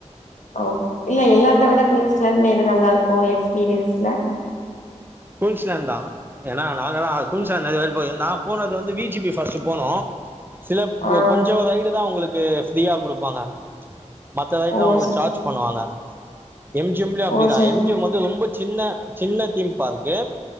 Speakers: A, on the left (about 85°); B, on the right (about 15°).
A: ஓ இல்ல எல்லாத்தவிட குயின்ஸ்லேண்டுல எது நல்லா இருக்கோ எக்ஸ்பீரியன்ஸ்ல
B: குயின்ஸ்லேந்தா ஏனா நாங்க தா குயின்ஸ்லேண்டு ஏறி போயிருந்தா போனது வந்து வி ஜி பி பஸ்ட் போனோ சில
A: ஆ
B: கொஞ்சோ ரைடு தா உங்களுக்கு ப்ரீயா குடுப்பாங்க மத்த ரைடுலா
A: ஓ
B: உங்களுக்கு
A: செ
B: சார்ஜ் பண்ணுவாங்க எம் ஜி எம் அப்டிதா
A: ஓ செரி
B: எம் ஜி எம் வந்து ரொம்ப சின்ன சின்ன தீம் பார்க் கு